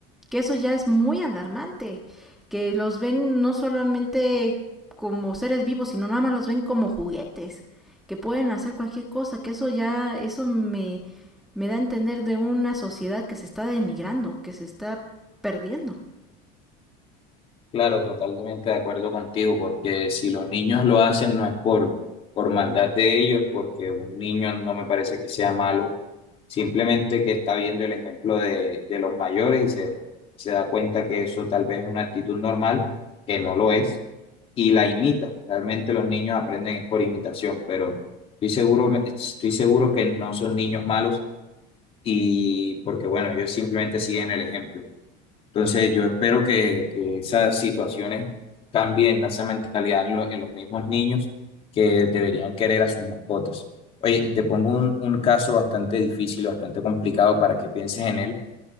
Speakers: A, in the centre; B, on the left (about 30°).
A: que eso ya es muy alarmante, que los ven no solamente como seres vivos, sino nada más los ven como juguetes, que pueden hacer cualquier cosa, que eso ya, eso me, me da a entender de una sociedad que se está denigrando, que se está perdiendo.
B: Claro, totalmente de acuerdo contigo, porque si los niños lo hacen no es por, por maldad de ellos, porque un niño no me parece que sea malo, simplemente que está viendo el ejemplo de, de los mayores y se, se da cuenta que eso tal vez es una actitud normal, que no lo es, y la imita. Realmente los niños aprenden por imitación, pero estoy seguro, estoy seguro que no son niños malos, y porque bueno, ellos simplemente siguen el ejemplo. Entonces yo espero que, que esas situaciones cambien esa mentalidad en, lo- en los mismos niños que deberían querer a sus mascotas. Oye, y te pongo un, un caso bastante difícil, bastante complicado para que pienses en él